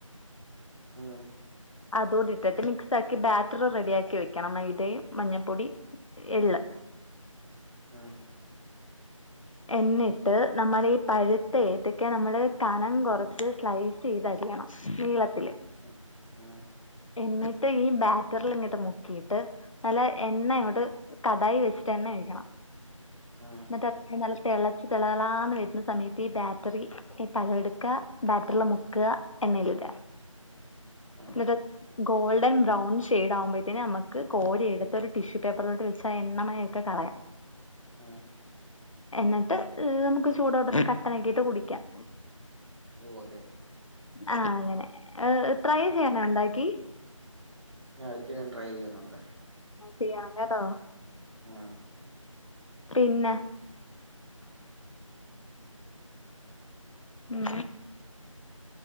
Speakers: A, on the right; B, on the left.
A: ഉം
B: അതോടിട്ടിട്ട് മിക്സ്ആക്കി ബാറ്ററ് റെഡിയാക്കിവെക്കണം മൈദയും മഞ്ഞപ്പൊടി എള്ള്
A: ഉം
B: എന്നിട്ട് നമ്മള്ഈ പഴുത്തഏത്തക്ക നമ്മള് കനംകുറച്ച് സ്ലൈസ് ചെയ്തരിയണം നീളത്തില്
A: ഉം ഉം
B: എന്നിട്ട് ഈ ബാറ്റർള്ഇങ്ങട്ട് മുക്കിയിട്ട് നല്ല എണ്ണ ഇങ്ങോട്ട് കടായിവെച്ചിട്ട് എണ്ണഒഴിക്കണം
A: ഉം
B: ന്നിട്ട് അ ത് നല്ലതെളച്ച് തെളതെളാന്ന് വെരുന്നസമയത്ത് ഈ ബാറ്ററി ഈതലയെടുക്കാ ബാറ്റർള് മുക്കാ എണ്ണയിലിടാ
A: ഉം
B: ന്നട്ടഅഹ് ഗോൾഡൺ ബ്രൗൺ ഷെടാകുമ്പോഴത്തേക്കും നമുക്ക് കോരി എടുത്ത ഒരു ടിഷ്യൂ പേപ്പറിലോട്ട് വെച്ച ആ എണ്ണമയൊക്കെ കളയാം
A: ആഹ്
B: എന്നിട്ട് നമുക്ക് ചൂടൊടെ കട്ട നുണ്ടാക്കിട്ട് കുടിക്കാം
A: ഓ അങ്ങനെ
B: ആഹ് അങ്ങനെ ട്രൈ ചെയ്യന ഉണ്ടാക്കി
A: ഞാൻ ഒരിക്കെ ട്രൈ ചെയ്യുന്നുണ്ട്
B: ചെയ്യണം കേട്ടോ
A: ആഹ്
B: പിന്നെ ഉം